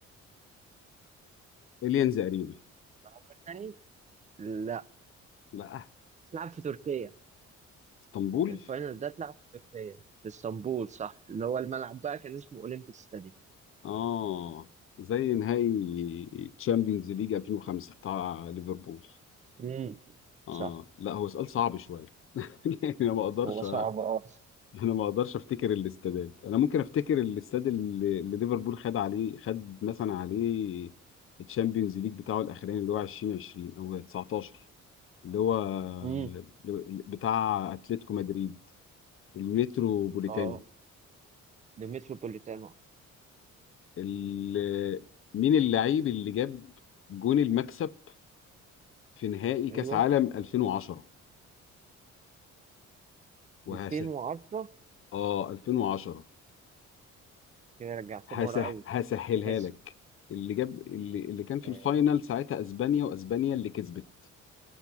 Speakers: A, on the left (about 45°); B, on the right (about 25°).
A: إليانز أرينا
B: العمر تاني لا
A: لا
B: اتلعب في تركيا
A: اسطنبول
B: الفاينل ده اتلعب في تركيا في اسطنبول صح اللي هو الملعب بقى كان اسمه أولمبيك ستاديوم
A: اه زي نهائي تشامبيونز ليج 2005 بتاع ليفربول
B: امم
A: اه
B: صح
A: لا هو سؤال صعب شوية <laughs> يعني أنا ما أقدرش
B: هو صعب اه
A: أنا ما أقدرش أفتكر الاستادات أنا ممكن أفتكر الاستاد اللي اللي ليفربول خد عليه خد مثلا عليه التشامبيونز ليج بتاعه الأخراني اللي هو 2020 أو 19 اللي هو
B: امم
A: اللي- بتاع اتلتيكو مدريد المترو بوليتانو
B: اه ده متروبوليتانو
A: ال- مين اللعيب اللي جاب جون المكسب في نهائي كاس
B: ايوه
A: عالم 2010 وهس
B: 2010
A: اه 2010
B: كده رجعتني
A: هسه
B: ورا قوي
A: هسهلها
B: ماشي
A: لك اللي جاب اللي, اللي كان في
B: آه
A: الفاينل ساعتها اسبانيا واسبانيا اللي كسبت